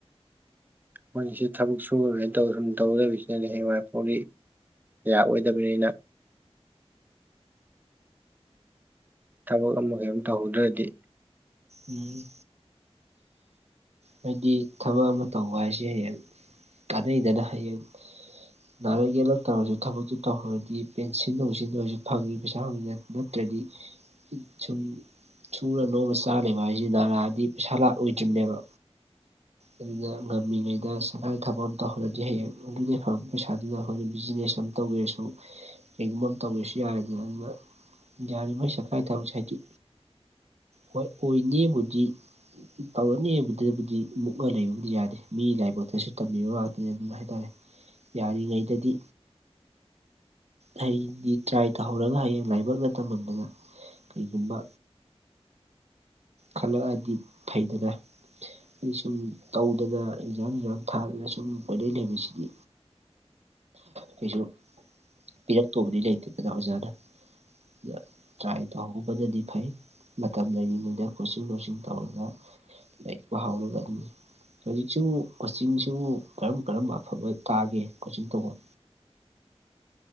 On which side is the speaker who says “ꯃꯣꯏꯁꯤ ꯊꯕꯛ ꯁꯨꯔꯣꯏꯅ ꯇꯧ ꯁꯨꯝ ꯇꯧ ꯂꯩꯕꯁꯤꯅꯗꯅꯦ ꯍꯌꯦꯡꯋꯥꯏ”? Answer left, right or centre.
Right